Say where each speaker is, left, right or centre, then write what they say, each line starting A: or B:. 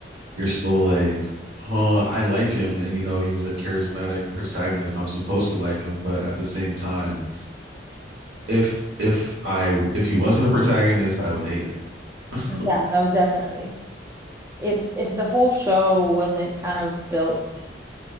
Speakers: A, on the right; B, on the right.
A: you're still like, oh, I like him, and you know he's a charismatic protagonist. I'm supposed to like him, but at the same time, if if I if he wasn't a protagonist, I would hate him. <laughs>
B: Yeah, no, definitely. If if the whole show wasn't kind of built